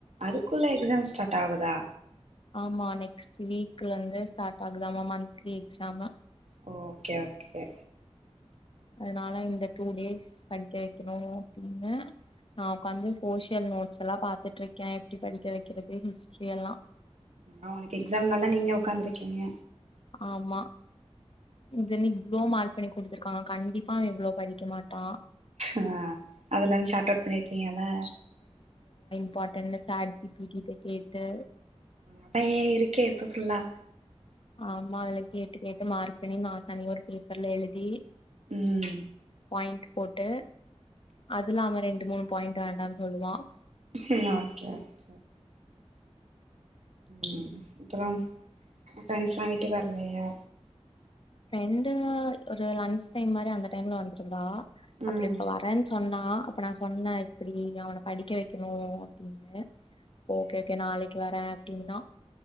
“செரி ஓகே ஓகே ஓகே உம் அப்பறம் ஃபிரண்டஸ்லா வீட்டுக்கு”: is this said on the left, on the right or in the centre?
Right